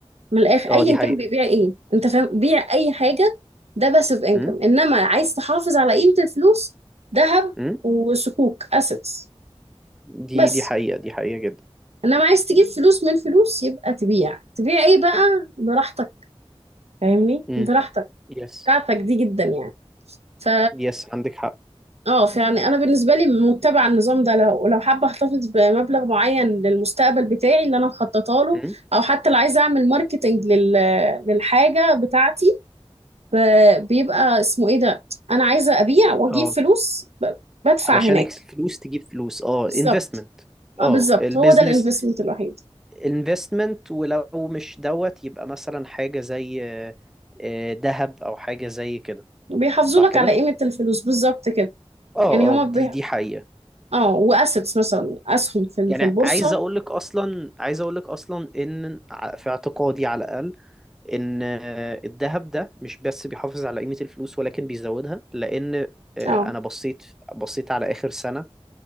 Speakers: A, on the right (about 85°); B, in the centre.
A: من الاخر
B: اه
A: ايا
B: دي حقيقة
A: كان بيبيع ايه انت فاهم بيع اي حاجه ده باسيف انكم
B: امم
A: انما عايز تحافظ على قيمه الفلوس ذهب
B: امم
A: وسكوك اسيتس
B: دي
A: بس
B: دي حقيقة دي حقيقة جدا
A: انما عايز تجيب فلوس من فلوس يبقى تبيع تبيع ايه بقى براحتك فاهمني
B: امم
A: براحتك
B: يس
A: بتاعتك دي جدا يعني ف
B: يس عندك حق
A: اه فيعني انا بالنسبه لي متبعه النظام ده لو لو حابه احتفظ بمبلغ معين للمستقبل بتاعي اللي انا مخططه له
B: امم
A: او حتى لو عايزه اعمل ماركتنج لل... للحاجه بتاعتي ب- بيبقى اسمه ايه ده انا عايزه ابيع واجيب
B: اه
A: فلوس ب- بدفع
B: علشان
A: هناك
B: الفلوس تجيب فلوس اه
A: بالظبط
B: انفستمنت
A: اه
B: اه
A: بالظبط
B: البيزنس
A: هو ده الانفستمنت الوحيد
B: investment ولو مش دوت يبقى مثلا حاجة زي آه، آه، ذهب او حاجة زي كده
A: بيحافظوا
B: صح
A: لك
B: كده
A: على قيمه الفلوس بالظبط كده
B: اه
A: يعني هما
B: اه
A: بي...
B: دي دي حقيقة
A: اه واسيتس مثلا اسهم في ال-
B: يعني
A: في البورصه
B: عايز اقول لك اصلا عايز اقول لك اصلا ان ع- في اعتقادي على الاقل ان آه، الذهب ده مش بس بيحافظ على قيمة الفلوس ولكن بيزودها لان آه،
A: اه
B: انا بصيت بصيت على اخر سنة